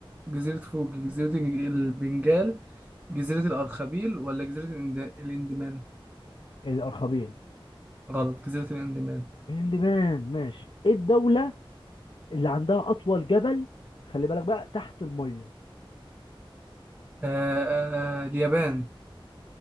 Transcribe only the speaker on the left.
الارخبيل
اللبنان ماشي ايه الدوله اللي عندها اطول جبل خلي بالك بقى تحت الميه